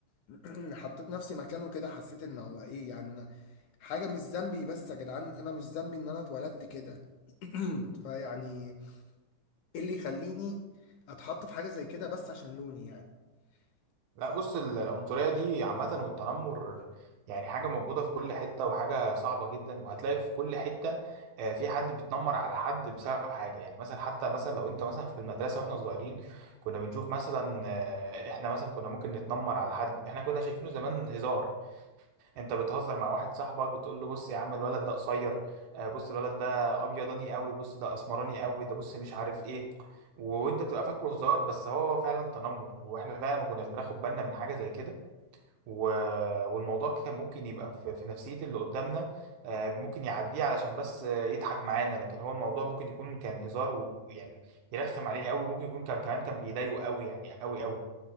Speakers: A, on the left; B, on the right.
A: <clears throat> حطيت نفسي مكانه كده حسيت ان هو ايه يعني حاجة مش ذنبي بس يا جدعان أنا مش ذنبي إن أنا اتولدت كده <clears throat> فيعني إيه اللي يخليني أتحط في حاجة زي كده بس عشان لوني يعني
B: لا
A: ف-
B: بص ال- العنصريه دي عامه والتنمر يعني حاجه موجوده في كل حته وحاجه صعبه جدا وهتلاقي في كل حته آه، في حد بيتنمر على حد بسبب حاجه يعني مثلا حتى مثلا لو انت مثلا في المدرسه واحنا صغيرين كنا بنشوف مثلا آه، احنا مثلا كنا ممكن نتنمر على حد احنا كنا شايفينه زمان هزار انت بتهزر مع واحد صاحبك بتقول له بص يا عم الولد ده قصير آه، بص الولد ده ابيضاني قوي بص ده اسمراني قوي ده بص مش عارف ايه وانت بتبقى فاكره هزار بس هو فعلا تنمر واحنا فعلا ما كناش بناخد بالنا من حاجه زي كده و... والموضوع كان ممكن يبقى في, في نفسيه اللي قدامنا آه، ممكن يعديه علشان بس آه، يضحك معانا لكن هو الموضوع ممكن يكون كان هزار ويعني يرخم عليه قوي ممكن يكون كان كمان كان بيضايقه قوي يعني قوي قوي